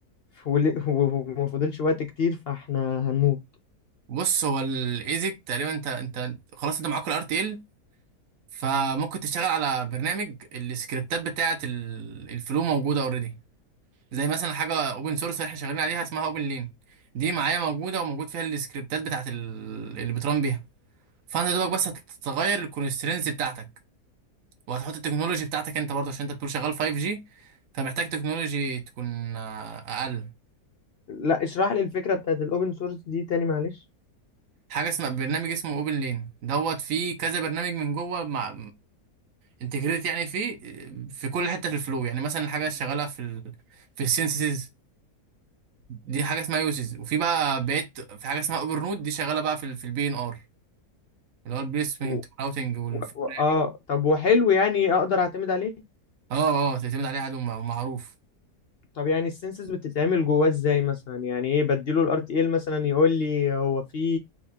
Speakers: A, on the left (about 60°); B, on the right (about 60°).
A: ول- <laughs> وما فاضلش وقت كتير فاحنا هنموت
B: بص هو الإيزك تقريبا أنت أنت خلاص أنت معاك الار تي ال فممكن تشتغل على برنامج السكريبتات بتاعة ال- الفلو موجودة أوريدي زي مثلا حاجه اوبن سورس احنا شغالين عليها اسمها اوبن لين دي معايا موجوده وموجود فيها السكريبتات بتاعت ال- اللي بترن بيها فانت دوبك بس هتغير الكونسترينز بتاعتك وهتحط التكنولوجي بتاعتك انت برضه عشان انت بتقول شغال 5G فمحتاج تكنولوجي تكون آه، اقل
A: لا اشرح لي الفكرة بتاعت الاوبن سورس دي تاني معلش
B: حاجه اسمها برنامج اسمه اوبن لين دوت فيه كذا برنامج من جوه مع انتجريت يعني فيه آه، في كل حته في الفلو يعني مثلا الحاجه شغاله في ال... في السينسز دي حاجه اسمها يوزز وفي بقى بقيت في حاجه اسمها اوبر نود دي شغاله بقى في ال- في البي ان ار اللي هو البليسمنت
A: و...
B: والراوتنج والفلاننج
A: و... و... اه طب وحلو يعني اقدر اعتمد عليه
B: اه اه تعتمد عليه عدو م- معروف
A: طب يعني السنسز بتتعمل جواه ازاي مثلا يعني ايه بديله الار تي ال مثلا يقول لي هو في